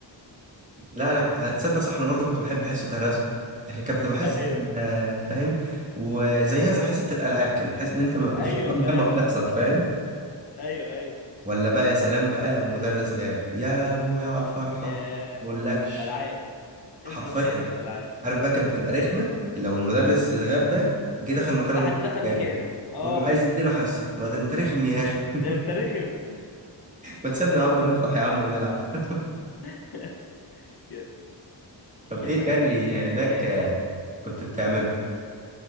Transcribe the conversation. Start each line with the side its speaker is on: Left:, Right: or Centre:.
Right: لا انا آه، تصدق صح انا برضو كنت بحب حصه الرسم عشان كانت بتبقى حصه
Left: ايوه
Right: آه، فاهم وزيها زي حصه الالعاب كده تحس ان انت ما-
Left: ايوه
Right: مفيش حاجه مهمه
Left: فعلا
Right: بتحصل فاهم
Left: ايوه ايوه
Right: ولا بقى يا سلام بقى لو مدرس غاب يا ابويا على الفرحه
Left: يا
Right: مقولكش
Left: العاب انزل
Right: حرفيا
Left: حصه العاب
Right: عارف بقى كانت بتبقى رخمه لو المدرس اللي غاب ده جه دخل مكانه
Left: حد
Right: مدرس
Left: دخل
Right: تاني
Left: مكانه اه
Right: ويبقى عايز يدينا حصه لا ده انت رخم يا اخي
Left: ده انت رخم
Right: <laughs> ما تسيبنا يا عم نفرح يا عم ونلعب <laughs>
Left: <laughs> يا
Right: طب
Left: يا
Right: ايه
Left: اسطى
Right: تاني
Left: كانت ايام
Right: هناك
Left: يا
Right: آه، كنت بتعمله